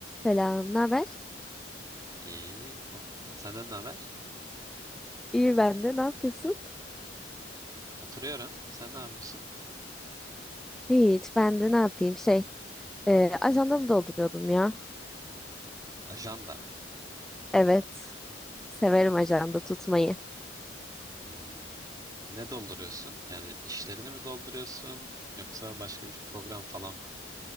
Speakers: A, in the centre; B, on the right.
A: Selam, ne haber?
B: İyi. O- senden ne haber?
A: İyi ben de. Ne yapıyorsun?
B: Oturuyorum. Sen ne yapıyorsun?
A: Hiç, ben de ne yapayım? Şey, e, ajandamı dolduruyordum ya.
B: Ajanda.
A: Evet, severim ajanda tutmayı.
B: Hmm. Ne dolduruyorsun? Yani işlerini mi dolduruyorsun? Yoksa başka bir program falan mı?